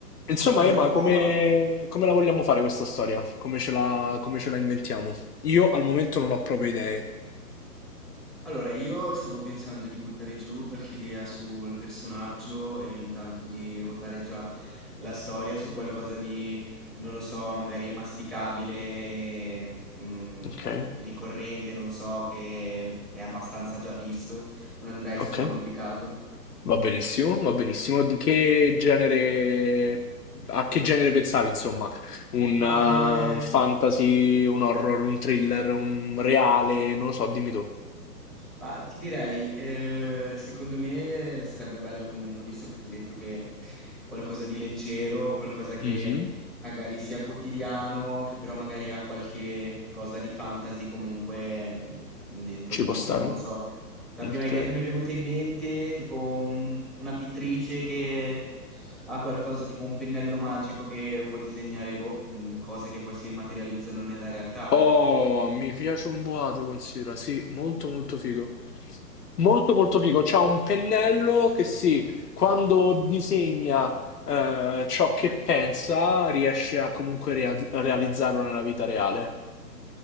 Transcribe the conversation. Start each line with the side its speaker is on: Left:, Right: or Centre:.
Left: Insomma,
Centre: Allora,
Left: Ema,
Centre: dovevamo...
Left: come, come la vogliamo fare questa storia? Come ce la, come ce la inventiamo? Io al momento non ho proprio idee.
Centre: Allora, io stavo pensando di buttare giù qualche idea sul personaggio e intanto di ruotare già la storia su qualcosa di, non lo so, magari masticabile, mm,
Left: Ok,
Centre: ricorrente, non so, che è abbastanza già visto. Non andrei
Left: ok.
Centre: sul complicato.
Left: Va benissimo, va benissimo. Di che genere, a che genere pensavi, insomma? Un,
Centre: Ma
Left: uh,
Centre: eh,
Left: un fantasy, un horror, un thriller, un reale, non lo so, dimmi tu.
Centre: Ma ti direi, eh, secondo me sarebbe bello comunque, visto che ti ho detto che qualcosa di leggero, qualcosa che
Left: Mhm,
Centre: magari sia quotidiano, che però magari ha qualche cosa di fantasy comunque mh, dentro
Left: Ci
Centre: il libro,
Left: può stare?
Centre: non lo so. La
Left: Ok.
Centre: prima idea che mi è venuta in mente, tipo un- una pittrice che ha qualcosa, tipo un pennello magico che può disegnare boh, mh, cose che poi si rimaterializzano nella realtà.
Left: Oh, mi piace un boato, considera, sì, molto molto figo. Molto molto figo. C'ha un pennello che sì, quando disegna eh, ciò che pensa, riesce a comunque rea- realizzarlo nella vita reale.